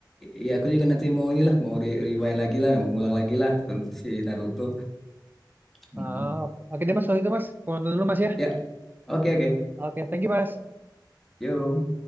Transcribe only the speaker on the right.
Ah, oke. Oke deh mas, kalau gitu mas, aku nonton dulu mas ya.
Oke, thank you mas.